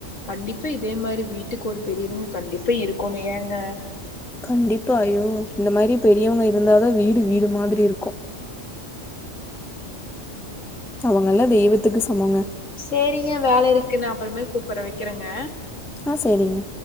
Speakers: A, on the left; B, in the centre.
A: கண்டிப்பா இதே மாரி வீட்டுக்கு ஒரு பெரியவங்க கண்டிப்பா இருக்கோணும் ஏங்க
B: கண்டிப்பா ஐயோ இந்த மாரி பெரியவங்க இருந்தாதான் வீடு வீடு மாதிரி இருக்கும் அவங்கல்லாம் தெய்வத்துக்கு சமங்க
A: சேரிங்க வேல இருக்கு நான் அப்பறமே கூப்பிறன் வக்கிறேங்க
B: ஆ சேரிங்க